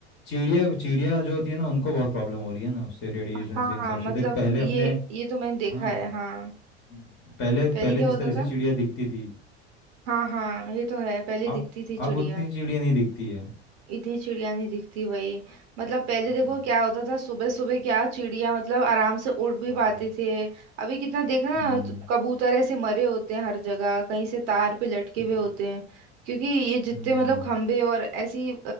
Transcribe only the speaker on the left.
चिड़िया चिड़िया जो होती है ना उनको बहुत प्रॉब्लम हो रही है ना उससे रेडिएशन
से इन सब
से देख पहले
अपने
हाँ
हम्म, पहले पहले
जिस
तरह से
चिड़िया दिखती थी
अब
अब उतनी चिड़िया नहीं दिखती है
हम्म
हाँ
हम्म
हम्म
हम्म